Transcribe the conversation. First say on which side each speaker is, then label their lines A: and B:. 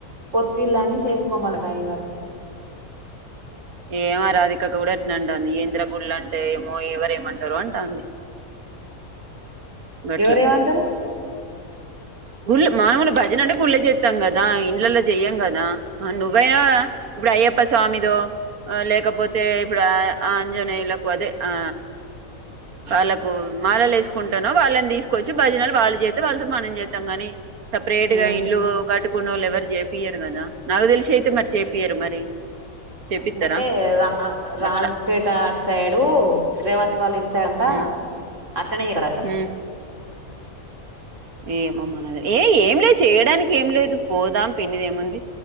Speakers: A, on the right; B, on the right.
A: కొత్తిల్లని చేసుకోమల టయ్యగారు
B: ఏమ రాధికక్క గూడా అట్నే అంటాంది ఏంద్ర గుళ్ళంటే ఏమో ఎవరేమంటారొ అంటాంది. గట్లా
A: ఎవరేమంటారు
B: గుళ్ మాములు భజన అంటే గుళ్ళు చేత్తం కదా ఇండ్లలో జెయ్యం గదా ఆ నువ్వైనా, ఇప్పుడు అయ్యప్ప స్వామిదో ఆ లేకపోతే ఇప్పుడు ఆ ఆంజనేయులకు అదే ఆ వాళ్ళకు మాలలు వేసుకుంటేనో వాళ్ళని తీసుకొచ్చి భజనలు వాళ్ళు చేత్తే వాళ్ళతో మనం చేత్. తంగాని సప్రేట్
A: ఉమ్
B: గా ఇల్లు కటు కున్నోళ్ళు ఎవరు చేపియరు గదా నాకు తెలిషి అయితే మరి చేపియరు మరి చేపిత్తరా
A: అంటే రా రాజ్
B: గట్లా
A: పేట అటు సైడు శ్రేవంత్ వాళింట్ చంత
B: మ్మ్
A: అట్లనే ఇవరట
B: మ్మ్ ఏమో మనదే ఏ ఏం లేదు చేయడానికేంలేదు పోదాం పిన్నిదేముంది